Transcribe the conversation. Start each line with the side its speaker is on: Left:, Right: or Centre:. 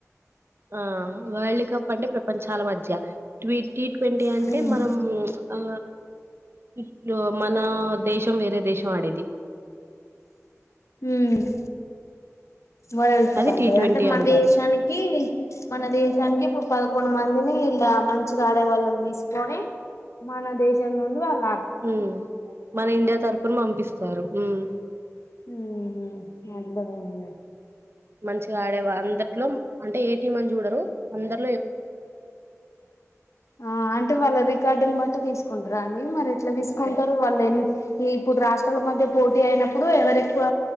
Right: ఆ వరల్డ్ కప్ అంటే ప్రపంచాల మధ్య ట్వెంటి ట్వెంటి అంటే
Left: హ్మ్
Right: మనము ఆ ఇప్పుడు మనా దేశం వేరే దేశం ఆడేది.
Left: హ్మ్ వరల్డ్ కప్
Right: అది
Left: అంటే
Right: టీ ట్వంటీ
Left: అంటే మన
Right: అంటారు
Left: దేశానికి, మన దేశానికి ఇప్పుడు పదకొండు మందిని ఇలా మంచిగా ఆడే వాళ్ళని తీసుకొని మన దేశం నుండి వాళ్
Right: మ్మ్ మన ఇండియా తరపున పంపిస్తారు మ్మ్
Left: మ్మ్ హు అర్థమైంది
Right: మంచిగా ఆడేవా అందర్ అంటే ఏ టీం ని చూడరు అందర్
Left: ఆ అంటే వాళ్ళ రికార్డ్ నీ బట్టి తీసుకుంటారా అండి మరి ఎట్లా తీసుకుంటారు వాళ్ళు ఏం ఇప్పుడు రాష్ట్రాల మధ్య పోటీ అయినప్పుడు ఎవరు ఎక్కువ